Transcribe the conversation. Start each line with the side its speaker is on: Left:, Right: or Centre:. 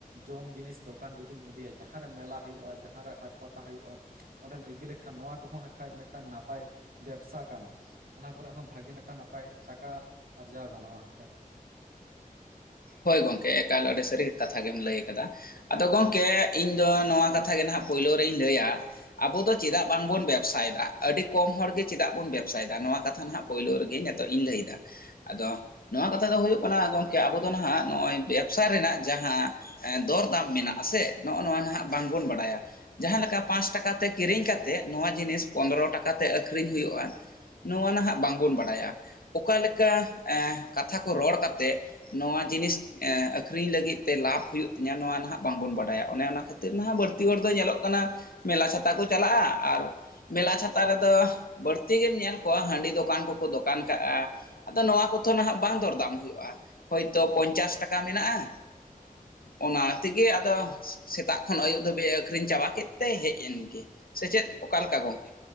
Right: ᱡᱚᱢ ᱡᱤᱱᱤᱥ ᱫᱚᱠᱟᱱ ᱡᱩᱫᱤᱢ ᱤᱫᱤᱭᱟ ᱡᱟᱦᱟᱸᱨᱮ ᱢᱮᱞᱟ ᱦᱩᱭᱩᱜ-ᱟ ᱡᱟᱦᱟᱸᱨᱮ ᱦᱟᱴ ᱯᱟᱛᱟ ᱦᱩᱭᱩᱜ-ᱟ ᱚᱸᱰᱮᱢ ᱤᱫᱤ ᱞᱮᱠᱷᱟᱱ ᱱᱚᱣᱟ ᱠᱚᱦᱚᱸ ᱦᱟᱸᱜ ᱠᱷᱟᱡ ᱢᱤᱫᱴᱟᱝ ᱱᱟᱯᱟᱭ ᱵᱮᱵᱽᱥᱟ ᱠᱟᱱᱟ ᱾ ᱚᱱᱟ ᱠᱚᱨᱮ ᱦᱚᱸ ᱵᱷᱟᱜᱮ ᱢᱤᱫᱴᱟᱝ ᱱᱟᱯᱟᱭ ᱴᱟᱠᱟ ᱟᱨᱡᱟᱣ ᱜᱟᱱᱚᱜ-ᱟ ᱦᱟᱜ ᱠᱷᱟᱡ ᱾
Left: ᱦᱳᱭ ᱜᱚᱢᱠᱮ ᱮᱠᱟᱞ ᱟᱹᱰᱤ ᱥᱟᱹᱨᱤ ᱠᱟᱛᱷᱟ ᱜᱮᱢ ᱞᱟᱹᱭ ᱟᱠᱟᱫᱟ ᱾ ᱟᱫᱚ ᱜᱚᱢᱠᱮ ᱤᱧ ᱫᱚ ᱱᱚᱣᱟ ᱠᱟᱛᱷᱟ ᱜᱮ ᱱᱟᱦᱟᱜ ᱯᱳᱭᱞᱳ ᱨᱮᱧ ᱞᱟᱹᱭᱟ ᱟᱵᱚ ᱫᱚ ᱪᱮᱫᱟᱜ ᱵᱟᱝᱵᱚᱱ ᱵᱮᱵᱽᱥᱟᱭ ᱮᱫᱟ ᱟᱹᱰᱤ ᱠᱚᱢ ᱦᱚᱲᱜᱮ ᱪᱮᱫᱟᱜ ᱵᱚᱱ ᱵᱮᱵᱽᱥᱟᱭ ᱮᱫᱟ ᱱᱚᱣᱟ ᱠᱟᱛᱷᱟ ᱱᱟᱦᱟᱜ ᱯᱳᱭᱞᱳ ᱨᱮᱜᱮ ᱱᱮᱛᱚᱜ ᱤᱧ ᱞᱟᱹᱭ ᱮᱫᱟ ᱾ ᱟᱫᱚ ᱱᱚᱣᱟ ᱠᱟᱛᱷᱟ ᱫᱚ ᱦᱳᱭᱳᱜ ᱠᱟᱱᱟ ᱜᱚᱝᱠᱮ ᱟᱵᱚ ᱫᱚ ᱱᱟᱦᱟᱜ ᱱᱚᱜ-ᱚᱭ ᱵᱮᱵᱽᱥᱟ ᱨᱮᱱᱟᱜ ᱡᱟᱦᱟᱸ ᱦᱮ ᱫᱚᱨ ᱫᱟᱢ ᱢᱮᱱᱟᱜ ᱟᱥᱮ ᱱᱚᱜ-ᱚ ᱱᱚᱣᱟ ᱱᱟᱦᱟᱜ ᱵᱟᱝᱵᱚᱱ ᱵᱟᱰᱟᱭᱟ ᱾ ᱡᱟᱦᱟᱸ ᱞᱮᱠᱟ ᱯᱟᱸᱥ ᱴᱟᱠᱟ ᱛᱮ ᱠᱤᱨᱤᱧ ᱠᱟᱛᱮᱜ ᱱᱚᱣᱟ ᱡᱤᱱᱤᱥ ᱯᱚᱱᱫᱨᱚ ᱴᱟᱠᱟ ᱛᱮ ᱟᱹᱠᱷᱨᱤᱧ ᱦᱩᱭᱩᱜ-ᱟ ᱾ ᱱᱚᱣᱟ ᱱᱟᱦᱟᱜ ᱵᱟᱝᱵᱚᱱ ᱵᱟᱰᱟᱭᱟ ᱾ ᱚᱠᱟ ᱞᱮᱠᱟ ᱮ ᱠᱟᱛᱷᱟ ᱠᱚ ᱨᱚᱲ ᱠᱟᱛᱮᱜ ᱱᱚᱣᱟ ᱡᱤᱱᱤᱥ ᱮ ᱟᱹᱠᱷᱨᱤᱧ ᱞᱟᱹᱜᱤᱫ ᱛᱮ ᱞᱟᱵᱷ ᱦᱩᱭᱩᱜ ᱛᱤᱧᱟ ᱱᱚᱣᱟ ᱱᱟᱦᱟᱜ ᱵᱟᱝᱵᱚᱱ ᱵᱟᱰᱟᱭᱟ, ᱚᱱᱮ ᱚᱱᱟ ᱠᱷᱟᱹ ᱛᱮ ᱱᱟᱦᱟᱜ ᱵᱟᱹᱲᱛᱤ ᱦᱚᱲ ᱫᱚᱭ ᱧᱮᱞᱚᱜ ᱠᱟᱱᱟ ᱢᱮᱞᱟ ᱪᱷᱟᱛᱟ ᱠᱚ ᱪᱟᱞᱟᱜ-ᱟ ᱟᱨ ᱢᱮᱞᱟ ᱪᱷᱟᱛᱟ ᱨᱮᱫᱚ ᱵᱟᱹᱲᱛᱤ ᱜᱮᱢ ᱧᱮᱞ ᱠᱚᱣᱟ ᱦᱟᱺᱰᱤ ᱫᱚᱠᱟᱱ ᱠᱚ ᱠᱚ ᱫᱚᱠᱟᱱ ᱠᱟᱜ-ᱟ ᱾ ᱟᱫᱚ ᱱᱚᱣᱟ ᱠᱚᱫᱚ ᱱᱟᱦᱟᱜ ᱵᱟᱝ ᱫᱚᱨᱫᱟᱢ ᱦᱩᱭᱩᱜ-ᱟ, ᱦᱳᱭᱛᱚ ᱯᱚᱧᱪᱟᱥ ᱴᱟᱠᱟ ᱢᱮᱱᱟᱜ-ᱟ
Right: <inaudible>
Left: ᱚᱱᱟ ᱛᱮᱜᱮ ᱟᱫᱚ ᱥᱮ ᱥᱮᱛᱟᱜ ᱠᱷᱚᱱ ᱟᱹᱭᱩᱵ ᱫᱷᱟᱹᱵᱤᱡ ᱮ ᱟᱹᱠᱷᱨᱤᱧ ᱪᱟᱵᱟ ᱠᱮᱜ ᱛᱮ ᱦᱮᱡ ᱮᱱᱜᱮ ᱾ ᱥᱮᱪᱮᱫ ᱚᱠᱟ ᱞᱮᱠᱟ ᱜᱚᱝᱠᱮ?